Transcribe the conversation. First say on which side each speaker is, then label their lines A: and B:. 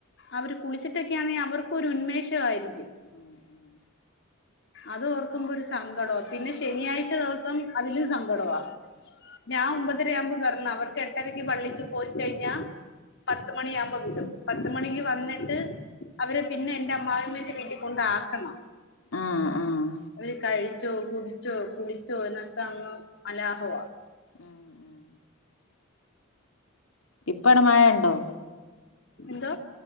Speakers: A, on the left; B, on the left.
A: അവര് കുളിച്ചിട്ടക്കെയാണെ അവർക്കൊരു
B: ഉം
A: ഉന്മേഷവായിരിക്കും
B: ഉം ഉം
A: അത് ഓർക്കുമ്പോ
B: ആഹ്
A: ഒരു സങ്കടം പിന്നെ ശനിയാഴ്ച ദിവസം അതിലൂം സങ്കടവാ ഞാൻ ഒമ്പതര
B: ആഹ്
A: ആകൂമ്പോൾവരണം അവർക്ക് എട്ടരക്ക് പള്ളിക്ക് പോയി കഴിഞ്ഞാൽ പത്ത് മണിയാകുമ്പോ വിടും പത്ത് മണിക്ക് വന്നിട്ട്
B: ആഹ്
A: അവരെ പിന്നെ എന്റെ അമ്മാമ്മേ വീട്ടിൽ കൊണ്ടാക്കണം
B: ആഹ് ആഹ്
A: ഒരു കഴ് ച്ചൊ കുടിച്ചോ കുളിച്ചോ എന്നൊക്കെ അങ്ങ് അലാഹുവ
B: ഉം ഉം ഇപ്പടെ മഴണ്ടൊ
A: എന്തൊ